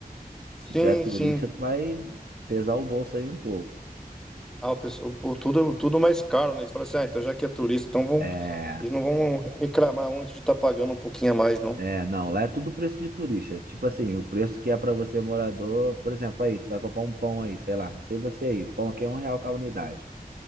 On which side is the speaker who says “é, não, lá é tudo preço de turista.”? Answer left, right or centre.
Right